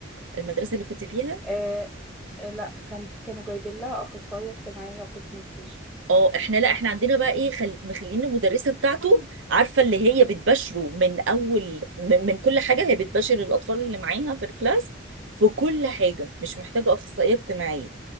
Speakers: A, on the right; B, in the centre.
A: المدرسة اللي كنت فيها
B: آه آه، لا كان في كانوا جايبين لها اخصائية اجتماعية قسم الكيجي
A: اه احنا لا احنا عندنا بقى ايه خل... مخلين المدرسه بتاعته عارفه اللي هي بتباشره من اول من, من كل حاجه هي بتباشر الاطفال اللي معاها في الكلاس في كل حاجه مش محتاجه اخصائيه اجتماعيه